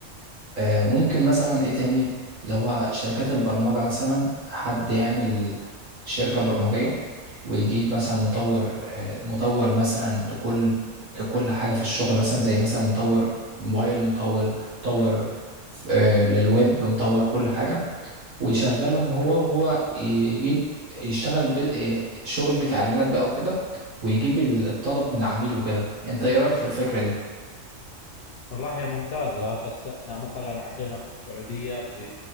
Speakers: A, on the right (about 80°); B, on the left (about 60°).
A: آه، وممكن مثلا ايه تاني اللي هو شركات البرمجة مثلا حد يعمل شركة برمجية ويجيب مثلا مطور آه، مطور مثلا لكل لكل حاجة في الشغل مثلا زي مثلا مطور موبايل مطور مطور آه، للويب مطور كل حاجة ويشغلهم هو وهو يجيب يشتغل ب- آه، شغل كإعلانات بقى وكده ويجيب ال- الطلب من العميل وكده انت ايه رأيك في الفكرة دي؟
B: والله هي ممتازة بس إحنا مثلا عندنا في السعودية في